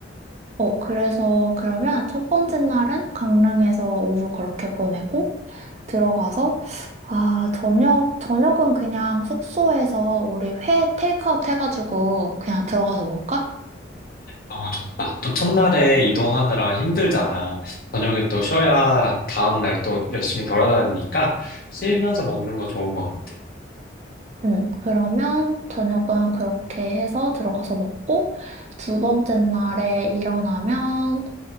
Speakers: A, on the right; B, on the left.
A: 어, 그래서 그러면 첫 번째 날은 강릉에서 오후 그렇게 보내고 들어가서 아, 저녁, 저녁은 그냥 숙소에서 우리 회 테이크아웃 해가지고 그냥 들어가서 먹을까?
B: 너무 좋다. 또 첫날에 이동하느라 힘들잖아. 저녁엔 또 쉬어야 다음날 또 열심히 돌아다니니까 쉬면서 먹는 거 좋은 것 같아.
A: 음, 그러면 저녁은 그렇게 해서 들어가서 먹고, 두 번째 날에 일어나면,